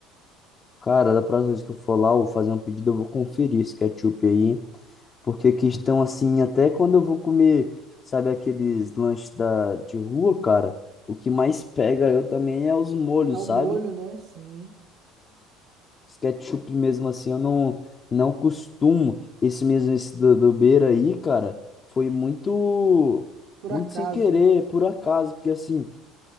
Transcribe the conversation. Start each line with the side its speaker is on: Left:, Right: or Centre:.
Left: Cara, da próxima vez que eu for lá, eu vou fazer um pedido, eu vou conferir esse ketchup aí, porque questão assim, até quando eu vou comer, sabe, aqueles lanches da, de rua, cara, o que mais pega eu também é os molhos,
Right: É o molho,
Left: sabe?
Right: né? Sim.
Left: Esse ketchup mesmo assim, eu não, não costumo. Esse mesmo, esse do, do Beira aí, cara, foi muito,
Right: Por
Left: muito
Right: acaso.
Left: sem querer, por acaso, porque assim,